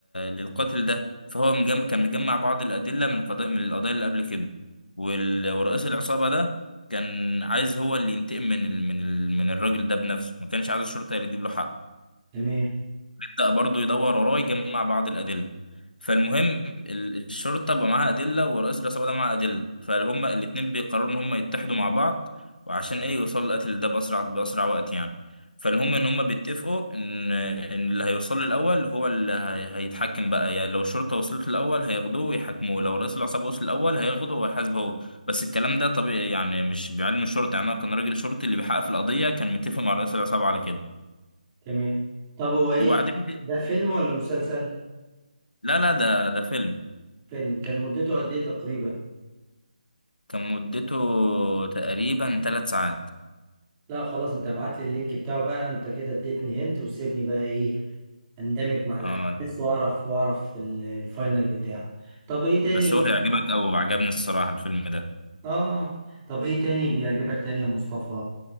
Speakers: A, on the left (about 85°); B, on the right (about 20°).
A: للقاتل ده فهو مجم... كان مجمع بعض الأدلة من القضايا من القضايا اللي قبل كده وال... ورئيس العصابة ده كان عايز هو اللي ينتقم من ال... من ال... من الراجل ده بنفسه ما كانش عايز الشرطة اللي تجيب له حق
B: تمام
A: بدأ برضه يدور وراه يجمع بعض الأدلة فالمهم ال- الشرطة بقى معاها أدلة ورئيس العصابة ده معاه أدلة فهم الاتنين بيقرروا إن هم يتحدوا مع بعض وعشان إيه يوصلوا للقتل ده بأسرع بأسرع وقت يعني فالهم إن هم بيتفقوا إن إن اللي هيوصل له الأول هو اللي هي- هيتحكم بقى يعني لو الشرطة وصلت له الأول هياخدوه ويحاكموه لو رئيس العصابة وصل الأول هياخده وهيحاسبه هو بس الكلام ده طبيعي يعني مش بعلم الشرطة يعني أنا كان راجل شرطي اللي بيحقق في القضية كان متفق مع رئيس العصابة على كده
B: تمام طب هو ايه
A: وبعدين
B: ده فيلم ولا مسلسل
A: لا لا ده ده فيلم
B: فيلم كان مدته قد ايه تقريبا
A: كان مدته تقريبا ثلاث ساعات
B: لا خلاص انت ابعت لي اللينك بتاعه بقى انت كده اديتني هنت وسيبني بقى ايه اندمج مع الاحداث
A: اه
B: واعرف واعرف ال- الفاينل بتاعه طب ايه تاني
A: بس هو هيعجبك أوي وعجبني الصراحة الفيلم ده
B: اه اه. طب ايه تاني بيعجبك تاني يا مصطفى